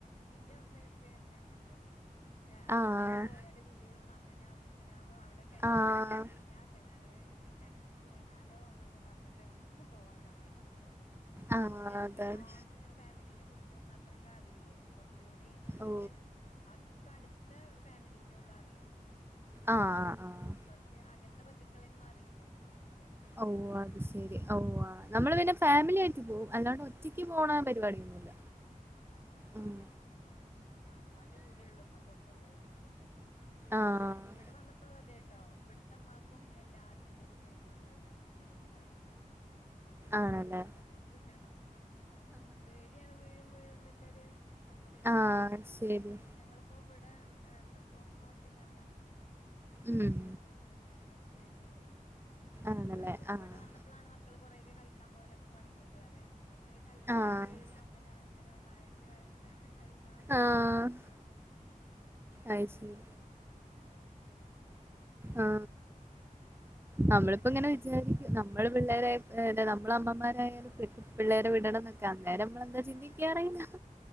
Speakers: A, on the left; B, on the right.
A: എന്റെ ഉമ്മേം ഉപ്പേം ഒക്കെ അങ്ങനെ തന്നെ
B: ആഹ്
A: എവടെലും പോയാല് വീഴും അങ്ങനാവും ഇങ്ങനാവും അവടെ കെണറ്ന്
B: ആഹ്
A: പടുവില്ല കെണറ് കെണറ്റ്ക്ക് വീണാലോ ന്നൊക്കെ പറഞ്ഞിട്ട് എവടു ക്കും പോവാൻ സമ്മയക്കൂല്ലാരുന്നു
B: ആഹ്
A: അതുകൊണ്ട് ഞങ്ങക്ക്
B: അതാണ്
A: ലോ ങ്ങ് ഫാമിലിനെ കുറിച്ചൊന്നും അത്രക്ക്‌ അറിയിലെനു കൊറച്ചുടി ഞമ്മളയിട്ട്
B: ഓ
A: അധികം അടുത്ത ഫാമിലീനൊള്ളൂ അറിയാ
B: ആഹ് ആ ആഹ്
A: കുറച്ച് അകന്ന ബന്ധുക്കളെന്നും അറിലെയ്നു ന്ന് പറിയാ
B: ഓ അത് ശരി ഓ ആഹ് നമ്മള് പിന്നെ ഫാമിലി ആയിട്ട് പോവും അല്ലാണ്ട് ഒറ്റക്ക്
A: ആഹ്
B: പോണ പരിപാടിയൊന്നുംല്ല
A: ആഹ്
B: ആഹ്
A: ആ്ഹ് മ്മാന്റെ കൂടെയള്ളു മ്മാ കൊണ്ടോക എവിടക്കും
B: ആഹ്
A: അങ്ങനെ ഇവിടെ വന്നപ്പോളും അതെ ട്ടോ ഇവിടത്തെമ്മാക്കും എല്ലാത്തിനുംരു പേടിള്ള ഒരു കൂടത്തിലാണമ്മേ മക്കളന്നും
B: ആണല്ലേ
A: ഒന്നിനും സമ്മയ്ക്കൂല അങ്ങനെ പേടിയാണ് വീഴും വീഴും ന്ന് ള്ളൊരു അങ്ങനെരു
B: ആഹ് ശരി
A: ഞങ്ങളിപ്പോ ഇവിടെ എന്തപ്പ പ്പൊ ഒറ്റക്കാണ് താമസം
B: ഉം
A: ഇപ്പൊ ഞങ്ങള് കുടി ഇരുന്നിട്ട് കുറച്ചായിട്ടുള്ളൂ
B: ആണല്ലേ
A: അപ്പൊ ഇവിടെ
B: ആഹ്
A: വന്ന പ്പളാണ് മക്കൾ കുറേയൊക്കെ കളിക്കാൻ പോലൊക്കെതോടങ്ങിയത് പറയാ മറ്റേ കളിച്ചാല്
B: ആഹ്
A: വീഴും അങ്ങനാവും ഇങ്ങനെ ടെ മഴയത്ത് കളിക്കാൻ പറ്റില്ല
B: ആഹ്
A: അങ്ങനൊക്കെ പറഞ്ഞേ
B: അത്
A: ഇവിടെ
B: ശരി
A: റയൽ റിലീസ് ആയി കുട്ട്യ ള്
B: ആ നമ്മളിപ്പോ ഇങ്ങനെ വിചാരിക്കും നമ്മള് പിള്ളേരെ ഏതെ നമ്മ അമ്മമാരായാലും പിള്ളേരെ
A: ആ
B: വിടണം എന്നൊക്കെ അന്നേം നമ്മളെന്താ ചിന്തിക്കാറിയില്ല
A: ആഹ്